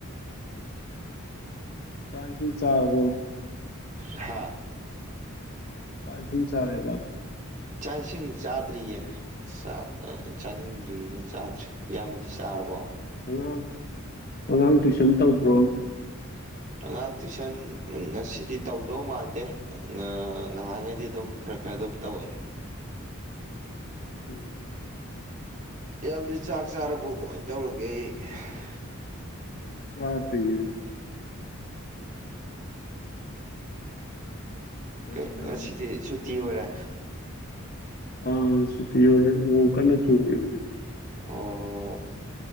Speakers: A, on the left; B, on the right.
A: ꯆꯥꯛ ꯏꯁꯤꯡ ꯆꯥꯔꯕꯣ
B: ꯍꯥꯥ
A: ꯆꯥꯛ ꯏꯁꯤꯡ ꯆꯥꯔꯦꯕ
B: ꯆꯥꯛ ꯏꯁꯤꯡ ꯆꯥꯗ꯭ꯔꯤꯌꯦ ꯆꯥꯛꯀ ꯑꯩ ꯆꯥꯅꯤꯡꯗ꯭ꯔꯤꯅ ꯆꯥꯗ꯭ꯔꯤ ꯏꯌꯥꯝꯕꯗꯤ ꯆꯥꯔꯕꯣ
A: ꯑꯉꯥꯡ ꯑꯉꯥꯡ ꯇꯨꯏꯁꯟ ꯇꯧꯕ꯭ꯔꯣ
B: ꯑꯉꯥꯡ ꯇꯨꯏꯁꯟ ꯉꯁꯤꯗꯤ ꯇꯧꯗꯧ ꯃꯥꯟꯗꯦ ꯉ ꯅꯍꯥꯟꯈꯩꯗꯤ ꯑꯗꯨꯝ ꯈꯔ__ ꯈꯔ ꯑꯗꯨꯝ ꯇꯧꯋꯦ
A: ꯎꯝ
B: ꯑꯦꯜꯗꯤ ꯆꯥꯛ ꯆꯥꯔꯕ ꯀꯃꯥꯏꯅ ꯇꯧꯔꯒꯦ <unintelligible>
A: ꯆꯥꯗ꯭ꯔꯤꯌꯦ ꯂꯩꯔꯝꯕꯅꯦ
B: ꯑꯩꯅ ꯉꯁꯤꯗꯤ ꯁꯨꯇꯤ ꯑꯣꯏꯔꯦ
A: ꯑ ꯁꯨꯇꯤ ꯑꯣꯏꯔꯦ ꯅꯣꯡ ꯀꯟꯅ ꯆꯨꯔꯤ ꯍꯧꯖꯤꯛ
B: ꯑꯣ